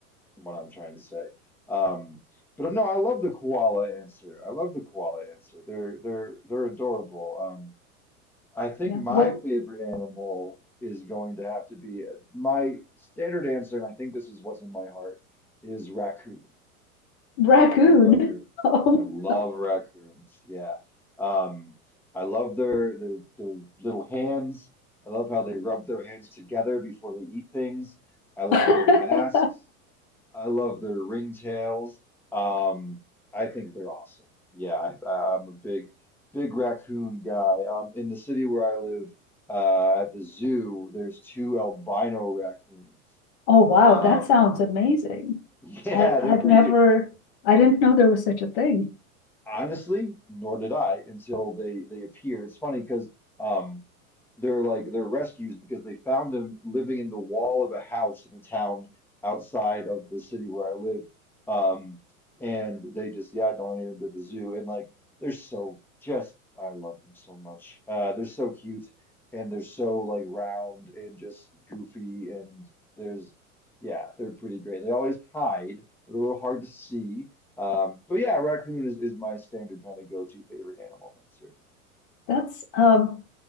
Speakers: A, in the centre; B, on the left.
A: what I'm trying to say. Um, but no, I love the koala answer. I love the koala answer. They're they're they're adorable. Um, I think
B: Yeah.
A: my
B: What
A: favorite animal is going to have to be my standard answer, and I think this is what's in my heart, is raccoon.
B: raccoon?
A: I love raccoons.
B: <laughs>
A: I love
B: Um,
A: raccoons. Yeah. Um, I love their their their little hands. I love how they rub their hands together before they eat things. I love
B: <laughs>
A: their masks. I love their ringtails. Um, I think they're awesome. Yeah, I, I'm a big, big raccoon guy. Um, in the city where I live, uh, at the zoo, there's two albino raccoons.
B: Oh wow,
A: Um,
B: that sounds amazing.
A: <laughs> yeah,
B: I
A: they're
B: I've
A: pretty
B: never
A: cute.
B: I didn't know there was such a thing.
A: Honestly, nor did I until they they appeared. It's funny because um, they're like they're rescues because they found them living in the wall of a house in a town outside of the city where I lived. Um, and they just yeah donated them to the zoo and like they're so just I love them so much. Uh, they're so cute and they're so like round and just goofy and there's yeah they're pretty great. They always hide. They're a little hard to see um, but yeah, raccoon is, is my standard kind of go-to favorite animal answer.
B: That's um